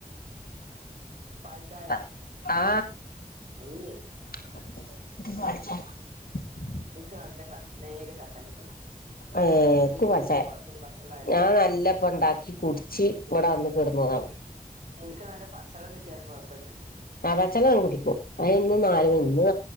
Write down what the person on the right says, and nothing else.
പാൽച്ചായ
<unintelligible>
ൻക്ക് നല്ല ക നേര്യ കട്ടൻ കിട്ടണം.
അയ്ന്
കിട്ടിയില്ലെങ്കിലും
കൊഴപ്പല്ല പച്ചെള്ളായാലും
കൊഴപ്പല്ല
ഇന്ക്ക് നല്ല പച്ചെള്ളം കിട്ടിയാലും കെഴപ്പല്ല്യ.
ഉം